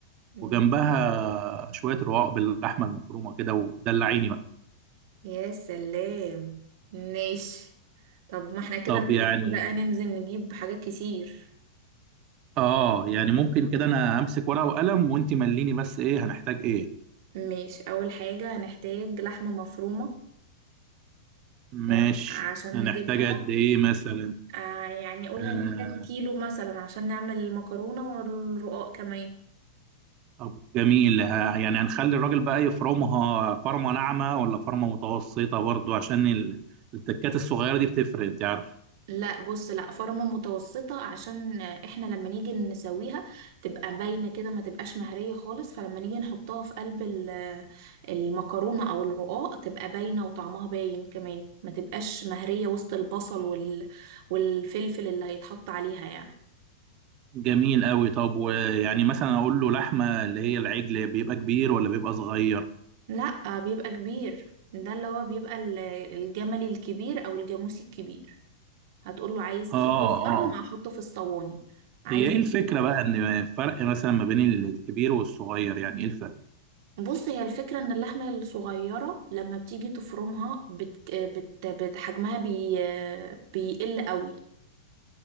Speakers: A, on the right; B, on the right.
A: طيب
B: وجنبها شويه رقاق باللحمه المفرومه كده ودلعيني بقى
A: يا سلام ماشي طب ما احنا كده
B: طب
A: محتاجين
B: يعني
A: بقى ننزل نجيب حاجات كتير
B: اه يعني ممكن كده انا همسك ورقه وقلم وانت مليني بس ايه هنحتاج ايه
A: ماشي اول حاجة هنحتاج لحمة مفرومة
B: ماشي
A: وعشان
B: هنحتاج
A: نجيبها
B: قد ايه مثلا
A: آه يعني قول
B: آه
A: هنحتاج كيلو مثلا عشان نعمل المكرونة والرقاق كمان
B: طب جميل ها- يعني هنخلي الراجل بقى يفرمها فرمه ناعمه ولا فرمه متوسطه برضو عشان ال- التكات الصغيره دي بتفرق انت عارف
A: لا بص لا فورمة متوسطة عشان احنا لما نيجي نسويها تبقى باينة كده ما تبقاش مهرية خالص فلما نيجي نحطها في قلب ال- المكرونة او الرقاق تبقى باينة وطعمها باين كمان ما تبقاش مهرية وسط البصل وال... والفلفل اللي هيتحط عليها يعني
B: جميل قوي طب ويعني مثلا اقول له لحمه اللي هي العجل بيبقى كبير ولا بيبقى صغير
A: لا بيبقى كبير ده اللي هو بيبقى ال- الجملي الكبير او الجاموسي الكبير هتقول له عايز
B: اه
A: كيلو فرن
B: اه
A: احطه في الصواني عايز
B: هي ايه الفكره بقى ان فرق مثلا ما بين ال- الكبير والصغير يعني ايه الفرق
A: بص هي الفكرة ان اللحمة الصغيرة لما بتيجي تفرمها بت... بت... بت... حجمها بي... بيقل قوي